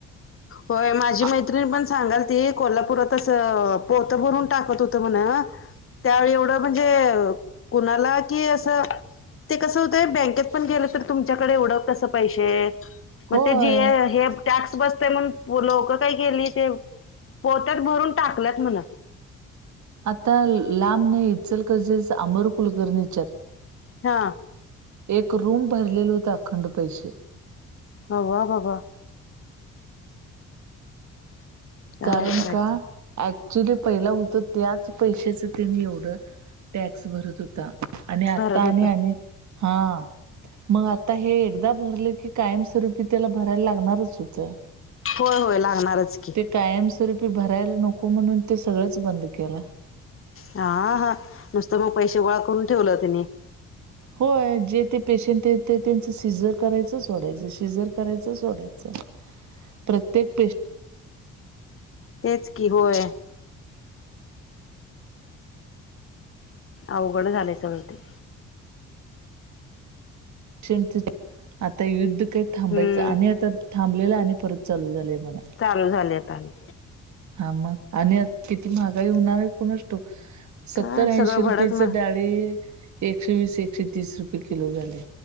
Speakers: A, on the left; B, on the right.
A: होय माझी
B: हा
A: मैत्रिणी पण सांगाल ती कोल्हापुरात अस पोतं भरून टाकत होतं म्हण त्यावेळी एवढं म्हणजे कुणाला की अस ते कस होतय बँकेत पण गेलं तर तुम त्याच्याकडे एवढं कस पैसे
B: होय
A: मग ते जी टॅक्स बसतय म्हण लोकं काही केली ते पोत्याात भरून टाकल्यात म्हण
B: आता लांब नाही इचलकरंजी अमर कुलकर्णीच्यात
A: हा
B: एक रूम भरलेल होत अखंड पैसे
A: ह वा बाबा काय
B: कारण
A: करायचं
B: का अऍक्च्युली पहिला होत त्याच पैशाच त्यांनी एवढं टॅक्स भरत होत आणि आता
A: भरत होत
B: आणि आणि हा मग आता हे एकदा भरलं की कायमस्वरूपी त्याला भरायला लागणारच होतं
A: होय होय लागणारच की
B: ते कायमस्वरूपी भरायला नको म्हणून ते सगळंच बंद केल
A: हा हा नुसतं मग पैसे गोळा करून ठेवलं तिने
B: होय जे ते पेशंट येतात ते त्यांच सिजर करायचं सोडायचं, सिजर करायचं सोडायचं प्रत्येक पेशं
A: तेच की होय अवघड झालंय सगळ ते
B: <unintelligible> आता युद्ध काही थांबायचं
A: हम्म
B: आणि आता थांबलेलं आणि परत चालू झालेय म्हणा
A: चालू झालेत आणि
B: हा मग आणि किती महागाई होणार आहे कोणास ठाऊक सत्तर
A: काय
B: ऐंशी
A: सगळं भडकन
B: रुपयेच डाळी एकशे वीस एकशे तीस रुपये किलो झाले